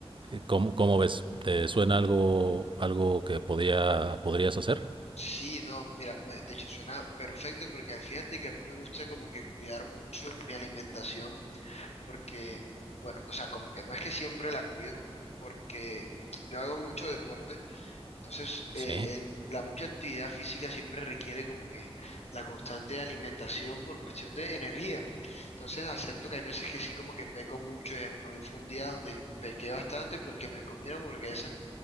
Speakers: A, on the right; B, on the left.
A: Eh, ¿Cómo, cómo ves? ¿Te suena algo, algo que podía, podrías hacer?
B: Sí, no, mira, me- de hecho suena perfecto porque fíjate que a mí me gusta como que cuidar mucho mi alimentación porque, bueno, o sea, como que no es que siempre la cuido porque yo hago mucho deporte. Entonces, eh,
A: Sí,
B: el- la mucha actividad física siempre requiere como que la constante alimentación por cuestión de energía. Entonces, acepto que hay veces que sí como que peco mucho. Ejemplo, hoy fue un día donde pequé bastante porque me comí una hamburguesa.